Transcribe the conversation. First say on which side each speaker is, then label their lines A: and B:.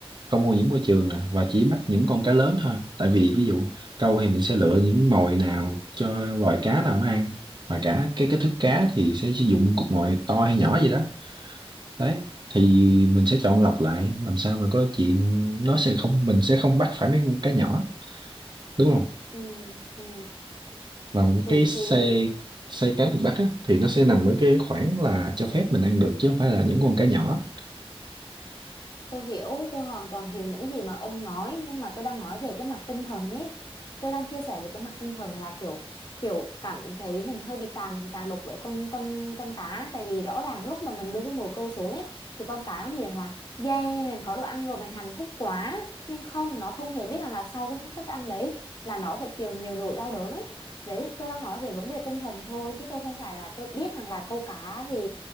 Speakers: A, on the right (about 45°); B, on the left (about 40°).
A: không ô nhiễm môi trường nè và chỉ bắt những con cá lớn thôi tại vì ví dụ câu thì mình sẽ lựa những mồi nào cho loài cá nào nó ăn mà cả cái cái thức cá thì sẽ sử dụng cục mồi to hay nhỏ gì đó đấy thì mình sẽ chọn lọc lại làm sao mà có chuyện nó sẽ không mình sẽ không bắt phải mấy con cá nhỏ đúng không
B: ừ ừ
A: mà
B: thì
A: cái xe
B: thì
A: xe cá miền Bắc á, thì nó sẽ nằm ở cái khoảng là cho phép mình ăn được chứ không phải là những con cá nhỏ
B: Tôi hiểu, tôi hoàn toàn hiểu những gì mà ông nói nhưng mà tôi đang nói về cái mặt tinh thần ấy. Tôi đang chia sẻ về cái mặt tinh thần là kiểu kiểu cảm thấy mình hơi bị tàn tàn độc với con con con cá tại vì rõ ràng lúc mà mình đưa cái mồi câu xuống ấy thì con cá nó nghiền là yeah mình có đồ ăn rồi mình hạnh phúc quá nhưng không nó không hề biết rằng là sau cái thức ăn đấy là nó phải chịu nhiều nỗi đau đớn ấy. Đấy, tôi đang nói về vấn đề tinh thần thôi chứ tôi không phải là tôi biết rằng là câu cá thì